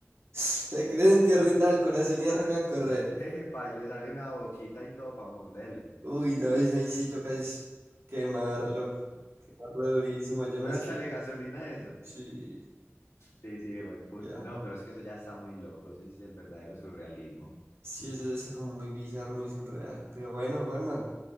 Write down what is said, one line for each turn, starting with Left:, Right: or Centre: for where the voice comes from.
Right: se creen piernita <laughs> del corazón y arranca a correr,
Left: <laughs> Epa, y le sale una boquita y todo para morderlo.
Right: uy, no, eso ahí sí toca es quemarlo, quemarlo durísimo, yo
Left: Oiga,
Right: no sé,
Left: échale gasolina a eso.
Right: sí,
Left: Sí, sí, buen punto.
Right: ya,
Left: No, pero es que eso ya está muy loco, eso es el verdadero surrealismo.
Right: sí, eso es como muy bizarro, muy surreal, pero bueno, Juanma,